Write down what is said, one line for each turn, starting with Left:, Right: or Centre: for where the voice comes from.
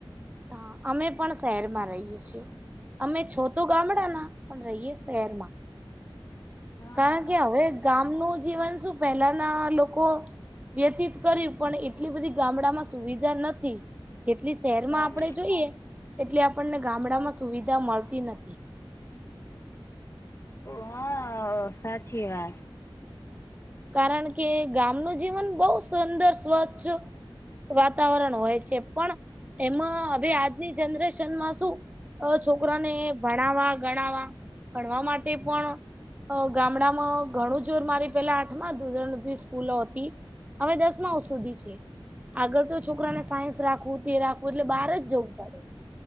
Right: હા, અમે પણ શહેરમાં રહીએ છીએ. અમે છો તો ગામડાના પણ રહીએ શહેરમાં
Left: હા
Right: કારણ કે, હવે
Left: બરાબર
Right: ગામનું જીવન શું પહેલાના લોકો વ્યતીત કર્યું પણ એટલી બધી ગામડામાં સુવિધા નતી. જેટલી શહેરમાં
Left: સારી
Right: આપણે જોઈએ એટલી આપણને ગામડામાં સુવિધા મળતી નથી.
Left: અ હા અ સાચી વાત.
Right: કારણ કે, ગામનું જીવન બહુ સુંદર, સ્વચ્છ વાતાવરણ હોય છે પણ એમાં હવે આજની જનરેશનમાં શું હવે છોકરાને ભણાવવા, ગણાવવા ભણવા માટે પણ અ ગામડામાં ઘણું જોર મારી પેલા આ ઠમાં ધોરણથી સ્કૂલો હતી હવે દસમાઓ સુધી છે. આગળ તો છોકરાને સાયન્સ રાખવું તે રાખવું એટલે બહાર જ જવું પડે.